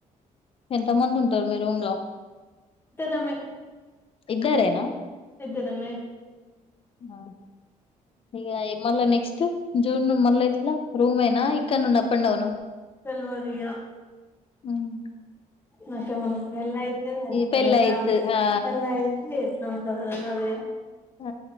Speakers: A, on the left; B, on the left.
A: ఎంత మంది ఉంటరు మీ రూమ్ లో
B: ఇద్దరమే
A: ఇద్దరేనా
B: ఇద్దరమే
A: ఆ ఇగా ఇ మళ్ళ నెక్స్ ట్ జూన్ మళ్ళ ఎట్లా రూమేనా ఇక్కడి నుండి అప్ అండ్ డౌనా
B: తెల్వదిగా
A: ఉమ్
B: నాకు ఏమన్నా పెళ్లి అయితే తెలుస్తది
A: పెళ్ళయితు
B: నాక్
A: ఆ
B: పెళ్లయితే ఎట్లుంటదో తెల్ స్తది
A: హ